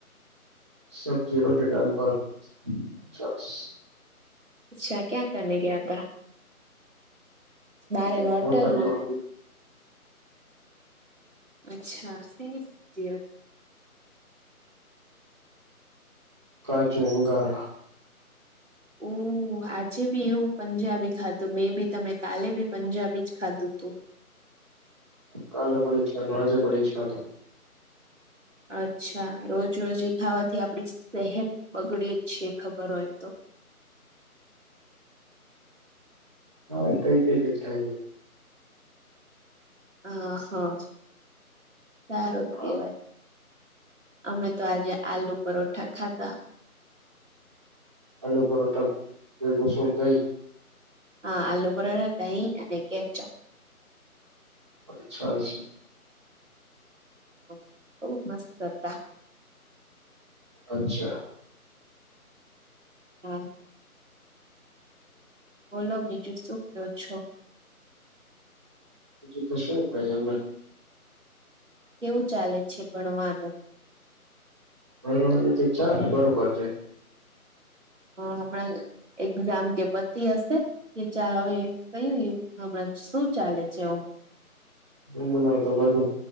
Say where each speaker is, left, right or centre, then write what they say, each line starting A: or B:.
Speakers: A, on the right; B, on the right.
A: સબ્જી રોટી દાલ ભાત છાસ
B: અચ્છા ક્યા ગયા આપ મારે હોટલમા
A: હોટલમાં
B: અચ્છા સ સબજીત
A: કા ચુંંગાર
B: <inaudible> આજે બી એવું પંજાબી ખાધું મે બી તમે કાલે બી પંજાબી જ ખાધું તુ
A: કાલે પણ જ ખાધું આજે પણ એ જ ખાધુ
B: અચ્છા રોજ રોજી ખાવાથી આપડી સહત બગડે છે, ખબર હોય તો
A: હા કઈ કઈક જ ખાય છે.
B: આહા સારું કેવાય
A: હા
B: અમે તો આજે આલુ પરોઠા ખાધા
A: અ્ય પર્યટક જે શોઈ
B: હા આલુ પુરણ દહી અને કેચા
A: અચ્છા અચ્છા
B: હ બૌ મસ્ત કર હતા.
A: અચ્છા
B: <inaudible> બોલો બીજું શું કયો છો.
A: બીજું તો શું કઈ એમને
B: કેવું ચાલે છે, ભણવાનુ
A: હવાની તોછા બરોબર છે.
B: હ હણા એક્ઝામ કે પતિ હશે. કે ચા હવે કય હમણાં શું ચાલે છે.
A: હમ ના તો બધું